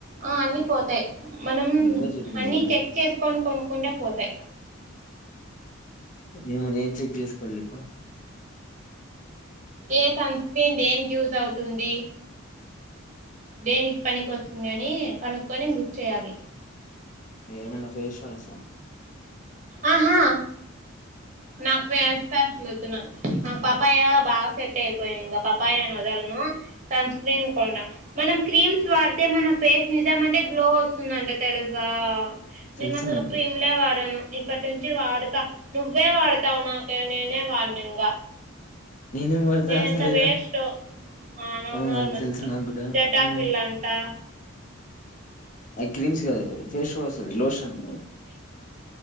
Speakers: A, on the right; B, on the left.
A: ఆ అన్ని పోతాయి మనం
B: ఎవరు చెప్పింది
A: అన్ని చెక్ చేసుకొని కొను కుండా పోతాయి
B: ఏమో ఏం చెక్ చేసుకోవాలిప
A: ఏ సన్ స్క్రీన్ దేనికి యూజ్ అవుతుంది దేనికికి పని కోస్ ంది అని కనుక్కొని బుక్ చేయాలి
B: ఏమన్నా ఫేస్ వాష్ ఆ
A: ఆహా నాకు ఫేస్ వాష్ లు వద్దు నాకు ఆ పాప్పాయ బా సెట్ అయిపోయిందింగ పాప్పాయిను వదల్ ను సన్ స్క్రీన్ కొన్న మనం క్రీమ్స్ వాడితే మన ఫేస్ నిజం అంటే గ్లో వస్తుందంట తెలుసా నేను
B: తెలుసు
A: అసలు
B: నాకి
A: క్రీమ్లే వాడాను ఇప్పటి నుంచి వాడతా నువ్వే వాడతావు నాకే నేనే వాడ్ను ఇక
B: నేనేం వాడతా
A: నేనెంత
B: అసలు
A: వేస్ట్ ఓ ఆ న
B: అవును
A: నార్
B: అది
A: మూస్కో
B: తెలుసు నాకు కూడా
A: సెట్
B: ఉమ్,
A: ఆఫ్ ల్ అంటా
B: ఐ క్రీమ్స్ కాదా ఫేస్ వాష్ అదిలోషన్